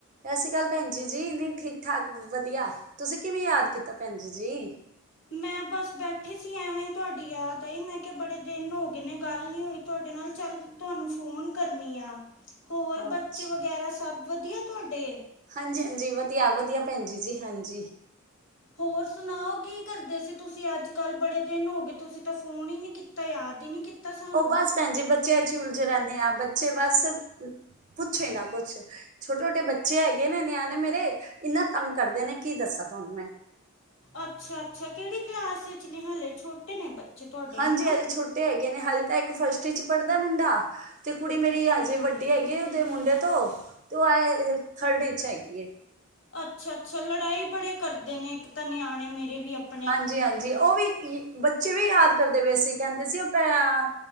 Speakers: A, on the right (about 35°); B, on the left (about 60°).
A: ਸਸ਼੍ਰੀ ਕਾਲ ਭੈਨਜੀ ਜੀ, ਨੀ ਠੀਕ-ਠਾਕ ਵਦੀਆ, ਤੂਸੀ ਕਿਵੇਂ ਯਾਦ ਕੀਤਾ ਭੈਨਜੀ ਜੀ?
B: ਮੈਂ ਬਾਸ ਬੈਠੀ ਸੀ ਐਵੇਂ ਈ ਤੂਆਡੀ ਯਾਦ ਆਈ, ਮੈਂ ਕਿਆ ਬੜੇ ਦਿਨ ਹੋ ਗਏ ਨੇ ਗੱਲ ਨੀ ਹੋਈ। ਤੂਆਡੇ ਨਾਲ, ਚਲ ਤੂਆਨੂੰ ਫੋਨ ਕਰਨੀ ਆਂ। ਹੋਰ
A: ਅੱਛਾ
B: ਬੱਚੇ ਵਗੈਰਾ ਸਬ ਵਦੀਆ ਤੂਆਡੇ?
A: ਹਾਂਜੀ-ਹਾਂਜੀ, ਵਦੀਆ-ਵਦੀਆ ਭੈਨਜੀ ਜੀ, ਹਾਂਜੀ।
B: ਹੋਰ ਸੁਨਾਓ ਕੀ ਕਰਦੇ ਸੀ ਤੂਸੀ ਅੱਜ-ਕਲ, ਬੜੇ ਦਿਨ ਹੋਗੇ ਤੂਸੀ ਤਾਂ ਫੋਨ ਈ ਨੀ ਕੀ ਤਾਂ, ਯਾਦ ਈ ਨੀ ਕੀਤਾ ਸਾ
A: ਓ ਬੱਸ ਭੈਣ ਜੀ, ਬੱਚਿਆ'ਚ ਈ ਉਲਝੇ ਰੈਂਨੇ ਆ, ਬੱਚੇ ਬਸ ਪੁੱਛੋ ਈ ਨਾ ਕੁੱਛ। ਛੋਟੇ-ਛੋਟੇ ਬੱਚੇ ਹੈਗੇ ਨੇ, ਨਿਆਨੇ ਮੇਰੇ, ਇੰਨਾ ਤੰਗ ਕਰਦੇ ਨੇ, ਕੀ ਦੱਸਾਂ ਤੂਆਨੂੰ ਮੈਂ।
B: ਅੱਛਾ-ਅੱਛਾ ਕਿਹੜੀ ਕਲਾਸ ਇਚ ਨੇ ਹਲੇ, ਛੋਟੇ ਨੇ ਬੱਚੇ? ਤੁਹਾਡੇ
A: ਹਾਂਜੀ,
B: ਹੈ ਨਾ
A: ਹਜੇ ਛੋਟੇ ਹੈਗੇ ਨੇ, ਹਲੇ ਤਾਂ ਇੱਕ ਫਸਟ ਇਚ ਪੜਦਾ ਮੁੰਡਾ ਤੇ ਕੁੜੀ ਮੇਰੀ
B: ਹੂੰ
A: ਹਜੇ ਵੱਡੀ ਹੈਗੀ ਐ ਉਦੇ ਮੁੰਡੇ ਤੋਂ, ਤੇ ਓ ਆਏ ਅ ਥਰਡ ਇਚ ਹੈਗੀ ਐ।
B: ਅੱਛਾ-ਅੱਛਾ ਲੜਾਈ ਬੜੇ ਕਰਦੇ ਨੇ ਇਕ ਤਾਂ ਨਿਆਣੇ ਮੇਰੇ ਵੀ ਅਪ
A: ਹਾਂਜੀ-ਹਾਂਜੀ ਓ ਵੀ, ਬੱਚੇ ਵੀ ਯਾਦ ਕਰਦੇ ਪੇਸੀ ਕੈਂਦੇ ਸੀ ਓ ਪੈਂ